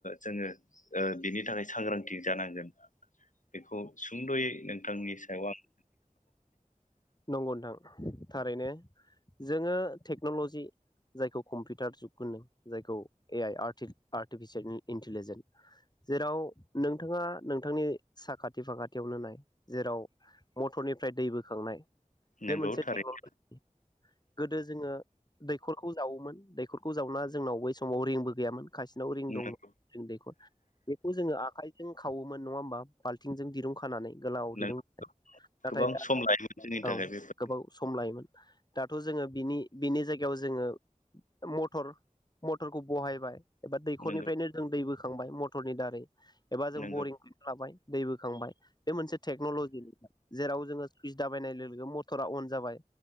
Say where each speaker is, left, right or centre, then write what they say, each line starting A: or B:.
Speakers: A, on the left; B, on the left.
A: जोङो बिनि थाखाय सांग्रांथि जानांगोन बेखौ सुंद'यै नोंथांनि सायाव <inaudible>
B: नंगौ नोंथां थारैनो जोङो टेक्न'लजि जायखौ कम्पिउटार जुग होनदों जायखौ ए आइ आर्थि आर्टिफिसियेल इन्टिलिजेन्ट जेराव नोंथाङा नोंथांनि साखाथि फाखाथियावनो नाय जेराव मटरनिफ्राय दै बोखांनाय बे
A: नोंगौ
B: मोनसे
A: थारैनो
B: टेक्न'लजि गोदो जोङो दैखरखौ जावोमोन दै खरखौ जावना जोंनाव बै समाव रिंबो गैयामोन। खायसिनाव रिं
A: नोंगौ
B: दंमोन रिं दैखर बेखौ जोङो आखायजों खावो मोन नङा होमबा बाल्थिंजों दिरुं खानानै। गोलाव
A: नों
B: <inaudible> नाथाय
A: गोबां
B: दा
A: सम लायोमोन जोंनि
B: औ
A: थाखाय बेफोर
B: गोबाव सम लायोमोन। दाथ' जोङो बिनि बिनि जायगायाव जोङो मटर मटरखौ बहायबाय। एबा दैखरनिफ्रायनो
A: नोंगौ
B: जों दै बो थांबाय मटरनि दारै एबा जों
A: नोंगौ
B: बरिं खालामना लाबाय। दै बोखांबाय बे मोनसे टेक्न'लजि नोंथां जेराव जोङो सुइस दा दाबायनाय लोगो मटरा अन जाबाय